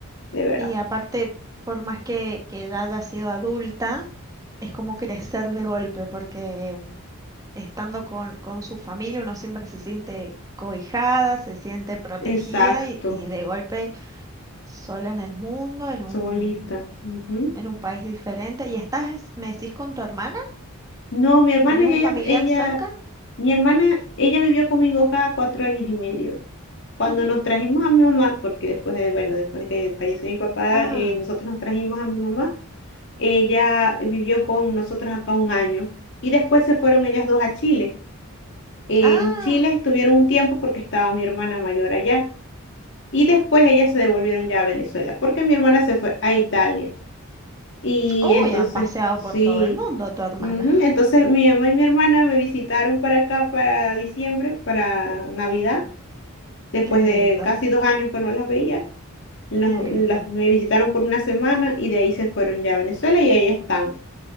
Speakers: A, on the left; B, on the right.
A: de verdad.
B: Y aparte, por más que, que ya haya sido adulta, es como crecer de golpe, porque mm, estando con, con su familia uno siempre se siente cobijada, se siente protegida
A: Exacto,
B: y, y de golpe sola en el mundo, en un,
A: solita. ujú.
B: en un país diferente. ¿Y estás, me decís, con tu hermana?
A: No, mi hermana,
B: ¿Tenés
A: ella,
B: un familiar
A: ella, ella-
B: cerca?
A: mi hermana, ella vivió conmigo cada cuatro años y medio. Cuando
B: Ujú.
A: nos trajimos a mi mamá, porque después de, bueno, después de que falleció mi papá,
B: Ah,
A: eh, nosotros nos trajimos a mi mamá. Ella vivió con nosotros acá un año y después se fueron ellas dos a Chile. En
B: ah,
A: Chile estuvieron un tiempo porque estaba mi hermana mayor allá y después ellas se devolvieron ya a Venezuela porque mi hermana se fue a Italia. Y
B: uy,
A: entonces,
B: han paseado
A: sí.
B: por todo el mundo tu hermana.
A: ujú,
B: <laughs>
A: Entonces mi mamá y mi hermana me visitaron para acá para diciembre, para Navidad, después
B: Qué lindo,
A: de casi dos años que no las veía. Nos-
B: qué lindo.
A: las, me visitaron por una semana y de ahí se fueron ya a Venezuela y ahí están.